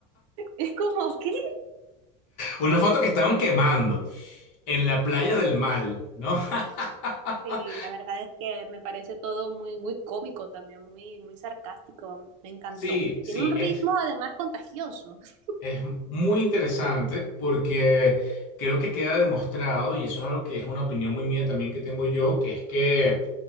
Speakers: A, on the right (about 80°); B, on the left (about 50°).
A: Es como, ¿qué?
B: Una foto que estaban quemando en la playa
A: Sí.
B: del mal, ¿no? <laughs>
A: Sí, la verdad es que me parece todo muy, muy cómico también, muy, muy sarcástico, me encantó.
B: Sí,
A: Y tiene
B: sí,
A: un ritmo
B: es,
A: además contagioso. <laughs>
B: es muy interesante porque creo que queda demostrado, y eso es algo que es una opinión muy mía también que tengo yo, que es que